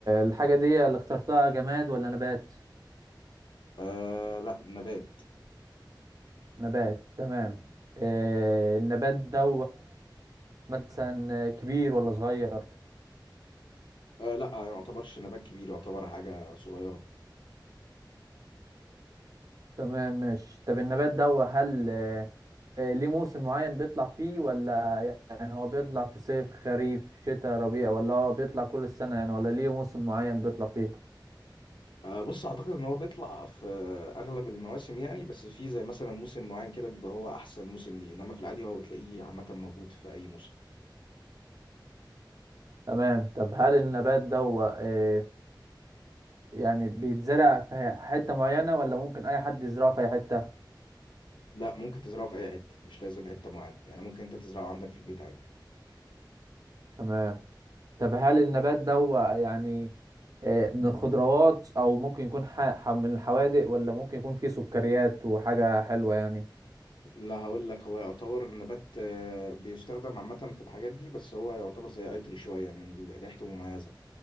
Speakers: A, on the right (about 50°); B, on the left (about 80°).
A: الحاجة دي اللي اخترتها جماد ولا نبات
B: آه لا نبات
A: نبات تمام آه النبات ده مثلا كبير ولا صغير
B: آه لا ما يعتبرش نبات كبير يعتبر حاجة صغيرة
A: تمام ماشي طب النبات ده هل آه، آه، ليه موسم معين بيطلع فيه ولا يعني هو بيطلع في صيف خريف شتاء ربيع ولا هو بيطلع كل السنة يعني ولا ليه موسم معين بيطلع فيه
B: آه بص اعتقد ان هو بيطلع في آه، اغلب المواسم يعني بس في زي مثلا موسم معين كده بيبقى هو احسن موسم ليه انما في العادي هو بتلاقيه عامة موجود في اي موسم
A: تمام طب هل النبات ده آه، يعني بيتزرع في حتة معينة ولا ممكن أي حد يزرعه في أي حتة
B: لا ممكن تزرعه في اي حتة مش لازم حتة معينة يعني ممكن انت تزرعه عندك في البيت عادي
A: تمام طب هل النبات ده يعني آه، من الخضروات أو ممكن يكون ح- ح- من الحوادق ولا ممكن يكون فيه سكريات وحاجة حلوة يعني
B: لا هقول لك هو يعتبر النبات آه، بيستخدم عامة في الحاجات دي بس هو يعتبر زي عطري شوية من ال- ريحته مميزة